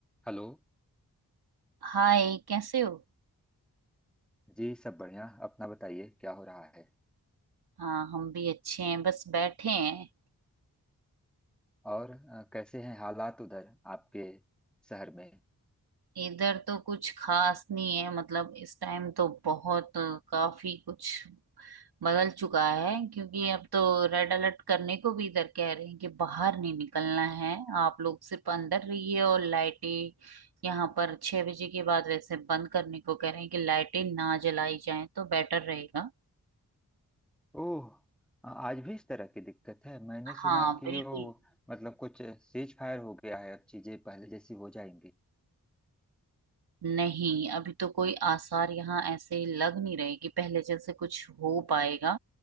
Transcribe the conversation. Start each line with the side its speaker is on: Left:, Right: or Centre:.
Centre: Hello
Right: हाय कैसे हो
Centre: जी सब बढ़िया अपना बताइए क्या हो रहा है
Right: हाँ हम भी अच्छे हैं बस बैठे हैं
Centre: और अ, कैसे हैं हालात उधर आपके शहर में
Right: इधर तो कुछ खास नहीं है मतलब इस टाइम तो बहुत काफी कुछ बदल चुका है क्योंकि अब तो रेड अलर्ट करने को भी इधर कह रहे हैं कि बाहर नहीं निकलना है आप लोग सिर्फ अंदर रहिए और लाइटें यहाँ पर छह बजे के बाद वैसे बंद करने को कह रहे हैं कि लाइटें ना जलाई जाएं तो बेटर रहेगा
Centre: ओह अ, आज भी इस तरह की दिक्कत है मैंने
Right: हाँ
Centre: सुना कि
Right: बिल्कुल
Centre: वो मतलब कुछ सीज फायर हो गया है अब चीजें पहले जैसी हो जाएंगी
Right: नहीं अभी तो कोई आसार यहाँ ऐसे लग नहीं रहे कि पहले जैसे कुछ हो पाएगा